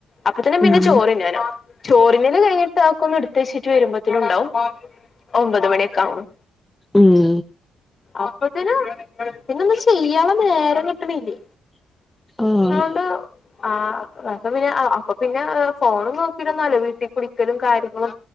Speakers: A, on the left; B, in the centre.
A: അപ്പോത്തിന്
B: ആഹ്
A: പിന്നെ ചോറിന്നാ നാവും ചോറിന്നല് കഴിഞ്ഞിട്ട് അതോക്കെ ഒന്ന് എടുത്തേച്ചിട്ട് വരുമ്പോത്തിന് ഉണ്ടാവും ഒമ്പത് മണിയൊക്കാവും
B: ഉം ഉം
A: അപ്പോ ത്തിനും പിന്ന ഒന്നും ചെയ്യാള്ളെ നേരം കിട്ട്ണില്ലേ
B: ആഹ്
A: അതൊണ്ട് ആ അപ്പ പിന്നെ അപ്പൊ പിന്നെ ഫോണ് നോക്കിരുന്ന് വീട്ടിൽക്ക് വിളിക്കലും കാര്യങ്ങളും